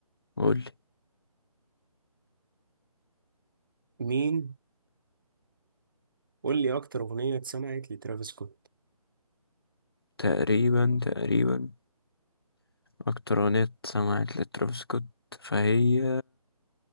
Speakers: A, on the left (about 40°); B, on the right (about 35°).
A: قول لي.
B: مين قول لي اكتر اغنية اتسمعت لترافيس سكوت
A: تقريبا تقريبا اكتر اغنية سمعت لترافيس سكوت فهي